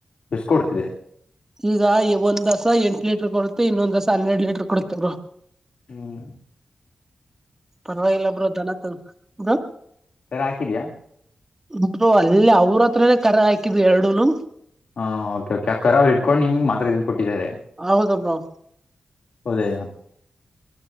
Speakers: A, on the left; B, on the right.
A: ಎಷ್ಟು ಕೊಡ್ತಿದೆ
B: ಈಗ ಒಂದ್ ದಸ ಎಂಟಟ್ ಲೀಟರ್ ಕೊಡುತ್ತೆ ಇನ್ನೊಂದ್ಸ ಹನ್ನೆರಡ್ ಲೀಟರ್ ಕೊಡುತ್ತೆ ಅವರು
A: ಹ್ಮ್
B: ಪರವಾಗಿ ಇಲ್ಲ ಬ್ರೋ ಧನತ ಬ್ರೋ
A: ಸರ ಹಾಕಿದ್ಯಾಾ
B: ಉಂಟರು ಅಲ್ಲೇ ಅವ್ರ ಹತ್ರನೆೇ ಕರ ಹಾಕಿದು ಎರಡುನು
A: ಹಾ ಓಕೆ ಕೆ ಅಕ್ಕ ಅವರು ಇಟ್ಕೊಂಡ ನಿಮಗೆ ಮಾತ್ರ ಇದ ಕೊಟ್ಟಿದ್ದಾರೆ
B: ಹೌದ ಬ್ರೋ
A: ಹೌದಯ